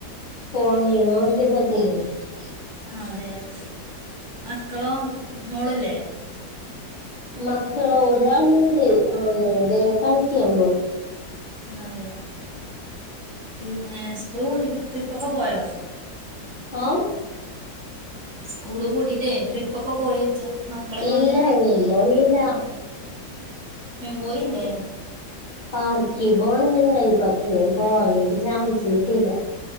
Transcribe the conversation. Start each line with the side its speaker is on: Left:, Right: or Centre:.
Left: ഫോണി നോക്കി ഇരുന്നാപെയ്
Right: ഇരുന്നപായ്, അതെ അതെ മക്കളോ മോളില്ലേ
Left: മക്കള് ഒരാളുണ്ട് അവന് ഇതേ കളിക്കിയാൻ പോയി
Right: അതെ പിന്നെ സ്കൂള് പൂട്ടിട്ട് ട്രിപ്പൊക്കെ പോയോ
Left: ഓ
Right: സ്കൂള് പൂട്ടിട്ടേ ട്രിപ്പൊക്കെ പോയോ ചോയ്ച്ച മക്കളെ കൊണ്ട്
Left: ഇല്ല എങ്ങും
Right: ഇ
Left: പോയില്ല
Right: ഏ പോയില്ലേ
Left: പാർക്കി പോണംന്നുണ്ടായി പക്ഷേ പോകാൻ വേണ്ടി ചാൻസ് കിട്ടില്ല